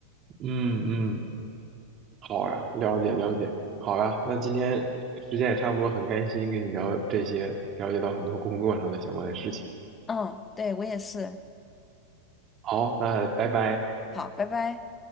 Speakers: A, on the right (about 30°); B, on the left (about 15°).
A: 嗯嗯，好呀，了解了解，好呀，那今天时间也差不多，很开心跟你聊这些，了解到很多工作上的相关的事情。
B: 嗯，对，我也是。
A: 好，那拜拜。
B: 好，拜拜。